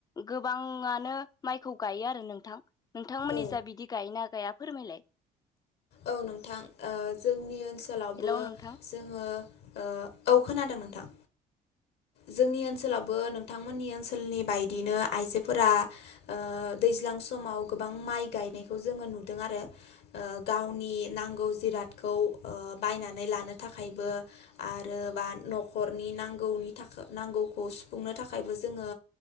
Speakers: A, on the left; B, on the left.
A: गोब बाङानो माइखौ गायो आरो नोंथां। नोंथांमोननि
B: औ
A: जा बिदि गायोना गा गाया फोरमायलाय।
B: औ नोंथां ओ जोंनि ओन सोलावबो
A: हेलौ नोंथां
B: जोङो ओ औ खोनादों नोंथां। जोंनि ओनसोलावबो नोंथांमोननि ओनसोलनि बायदिनो आइजोफोरा ओ दैज्लां समाव गोबां माइ गायनायखौ जोङो नुदों आरो। ओ गावनि नांगौ जिराद खौ बायनानै लानो थाखायबो आरो बा न'खरनि नांगौनि थाख-नांगौखौ सुफुंनो थाखायबो जोङो